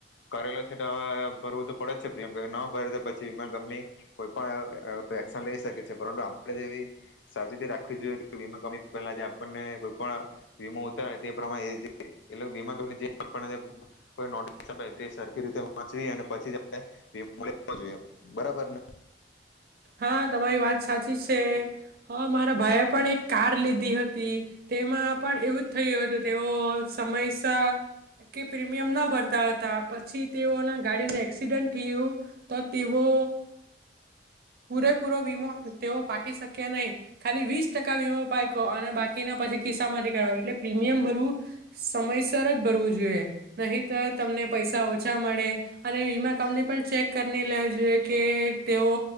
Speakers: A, on the left; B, on the right.
A: કરેલો છે તો હવે ભરવું તો પડે જ છે પ્રિયમ કે ન ભરે તો પછી વીમા કંપની કોઈ પણ એક્શન લઈ શકે છે. પરંતુ આપડે જેવી સાવચીતી રાખવી જોઈએ કે વીમા કંપની પહેલા જે આપણને કોઈ પણ વીમા ઉતાર તે <inaudible> વીમા કંપની જે પણ <inaudible> સરખી રીતે વાંચીને પછી જ વીમો લેવો જોઈએ. બરોબર ને?
B: હા તમારી વાત સાચી છે. હા મારા ભાઈએ પણ એક કાર લીધી હતી તેમાં પણ એવું જ થયું હતું તેઓ સમયસર કે પ્રીમિયમ ના ભરતા હતા પછી તેઓના ગાડીને એક્સિડન્ટ થયું તો તેઓ પૂરેપૂરો વીમો તેઓ પાકી શક્યા નહીં ખાલી વીસ ટકા વીમો પાયકો અને બાકીના પછી ખિસ્સામાંથી કારો એટલે પ્રીમિયમ ભરવું સમયસર જ ભરવું જોઈએ નહીં. તો તમને પૈસા ઓછા મળે અને વીમા કંપની પણ ચેક કરી ને લેવા જોઈએ કે તેઓ